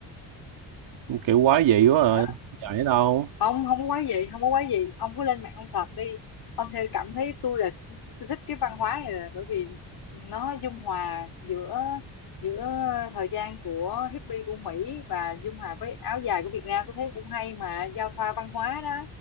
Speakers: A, on the right (about 90°); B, on the left (about 60°).
A: kiểu quá dị quá rồi
B: đó
A: không dài ở đâu
B: không không có quái gì không có quái gì ông cứ lên mạng ông search đi ông sẽ cảm thấy tôi là tôi thích cái văn hóa này là bởi vì nó dung hòa giữa giữa thời gian của hippie của Mỹ và dung hòa với áo dài của Việt Nam tôi thấy cũng hay mà giao thoa văn hóa đó